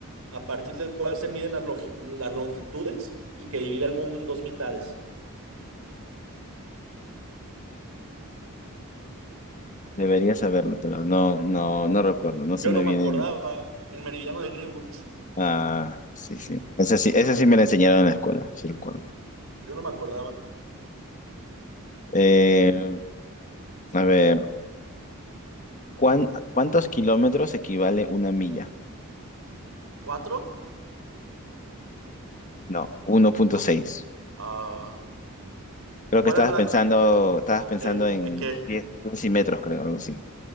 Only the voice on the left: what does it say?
Debería saberlo, pero no, no, no recuerdo. No se
me
vienen.
Ah, sí, sí. Esa sí, esa
sí me la enseñaron en la escuela, sí recuerdo.
Eh, a ver, ¿cuán- ¿cuántos kilómetros equivale una milla?
No, uno punto
seis.
Creo
que estabas
pensando, estabas pensando
en
pies, pies y metros, creo, algo así.